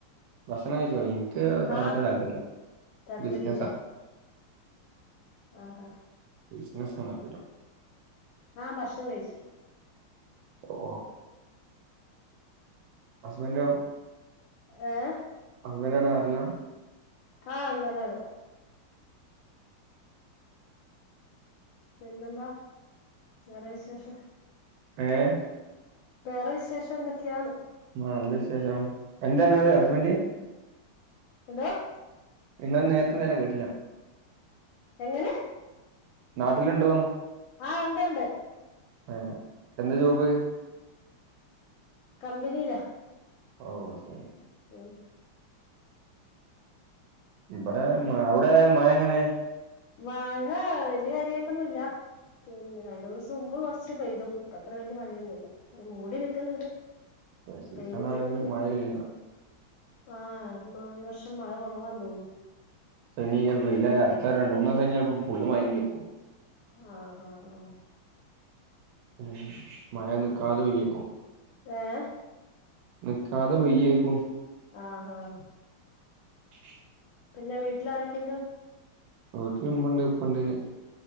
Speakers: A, on the right; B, on the left.
A: ഭക്ഷണം കഴിച്ചോ എനിക്ക് അങ്ങത്തെ
B: ആ
A: താല്പര്യില്ല
B: താല്പര്യം
A: ബിസിനസാ
B: ആഹ് ആഹ്
A: ബിസിനസ്കാണ് താൽപര്യം
B: ആഹ് ഭക്ഷണം കഴിച്ചു
A: ഓ ഹസ്ബൻഡൊ
B: ഏഹ്
A: ഹസ്ബൻഡറോടെരെല്ലാം
B: ആഹ് അതെ അതെ പിന്നെന്താ വേറെ വിശേഷം
A: ഏഹ്
B: വേറെ വിശേഷം എന്തൊക്കെയാണ്
A: ആഹ് നല്ല വിശേഷം എന്താണ് നിങ്ങള് ഹസ്ബന്ഡ്
B: എന്താ
A: നിങ്ങൾ നേരത്തെ എന്താ പറഞ്ഞേ കേട്ടില്ല
B: എങ്ങനെ
A: നാട്ടിലുണ്ടോ
B: ആഹ് ഉണ്ട് ഉണ്ട്
A: ആഹ് എന്താ ജോബ്
B: കമ്പനിയില
A: ഓ ശരി
B: ഉം
A: ഇവിടെ മ അവിടെ മഴ എങ്ങനെ
B: മഴ വല്യയ കാര്യായിട്ടൊന്നുംല്ല പിന്നെ രണ്ടു ദിവസം മുമ്പ് കുറച്ച് പെയ്തു ഇപ്പ അത്ര വലിയ മഴയൊന്നുമല്ല മൂടി നിക്കുന്നുണ്ട്
A: സീസൺ
B: പേയ്ത്തൊട്ടൊന്നുമില്ല
A: ആണെങ്കിലും മഴ പെയ്യണില്ല
B: ആഹ് ഈ വർഷം മഴ കുറവാ തോന്നി
A: സനി ചപ്പോ ഇല്ല അടുത്ത രണ്ട് മൂന്ന് ദിവംഞ്ഞപ്പ ഫുള് മയന നീക്കും
B: ആഹ് ആഹ് ആഹ്
A: ഉം മഴ നിക്കാതെ പെയയ്യേക്കോ
B: ആഹ്
A: നിക്കാതെ പെയ്യേക്കും
B: ആഹ് ആഹ്
A: <inaudible>
B: പിന്നെ വീട്ടിൽ ആരൊക്കെ ഉണ്ട്
A: വീട്ടില ഇമുണ്ട് ഇപ്പണ്ട്